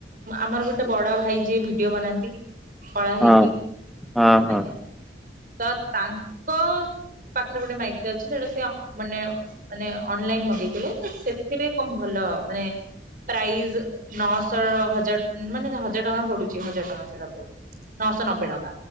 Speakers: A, on the right; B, in the centre.
A: ଆମର ଗୋଟେ ବଡ଼ ଭାଇ ଯିଏ ଭିଡିଓ ବନାନ୍ତି କଳା ହେଇକି
B: ହଁ ହଁ ହଁ
A: ଆଜ୍ଞା। ତ ତାଙ୍କ ପାଖରେ ଗୋଟେ ମାଇକ ଟେ ଅଛି ସେଟା ତ୍ୟ ମାନେ ମାନେ ଅନଲାଇନ ମଗେଇଥିଲେ ତ ସେଥିରେ କଣ ଭଲ ମାନେ ପ୍ରାଇଜ ନଅଶହ ହଜାର ମାନେ ହଜାର ଟଙ୍କା ପଡୁଚି ହଜାର ଟଙ୍କା ସେଟା ପଡୁ ନଅଶ ନବେ ଟଙ୍କା